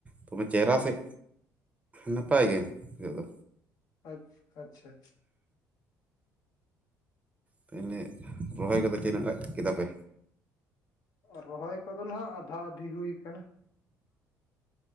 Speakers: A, on the right (about 20°); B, on the left (about 70°).
A: ᱛᱚᱵᱮ ᱪᱮᱦᱨᱟ ᱥᱮᱡ ᱱᱟᱯᱟᱭ ᱜᱮ ᱱᱤᱛᱟᱹᱜ ᱫᱚ᱾
B: ᱟᱪᱷᱟ ᱟᱪᱪᱷᱟ᱾
A: ᱛᱟᱦᱞᱮ ᱨᱚᱦᱚᱭ ᱠᱚᱫᱚ ᱪᱮᱫ ᱞᱮᱠᱟ ᱠᱮᱫᱟ ᱯᱮ?
B: ᱨᱚᱦᱚᱭ ᱠᱚᱫᱚ ᱦᱟᱸᱜ ᱟᱫᱷᱟ ᱟᱫᱷᱤ ᱦᱩᱭ ᱠᱟᱱᱟ᱾